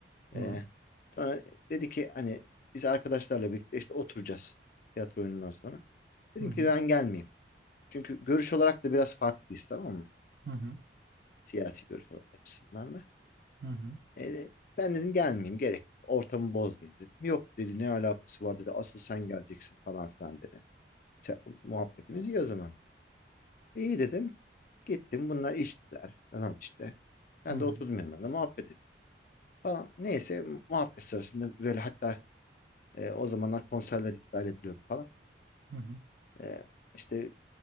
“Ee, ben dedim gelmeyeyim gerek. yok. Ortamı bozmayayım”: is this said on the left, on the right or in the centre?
Left